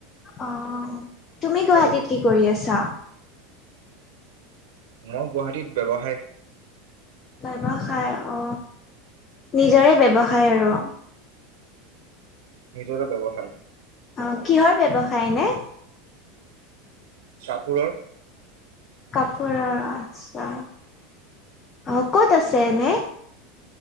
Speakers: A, on the left (about 25°); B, on the right (about 75°).
A: অ, তুমি
B: ভালে
A: গুৱাহাটীত
B: দেখোন
A: কি কৰি আছা?
B: মই গুৱাহাটীত ব্যৱসায়
A: ব্যৱসায় অ, নিজৰে ব্যৱসায় আৰু
B: নিজৰে ব্যৱসায়।
A: অ, কিহৰ ব্যৱসায় নে।
B: কাপোৰৰ।
A: কাপোৰৰ আচছা অ, ক'ত আছে এনে?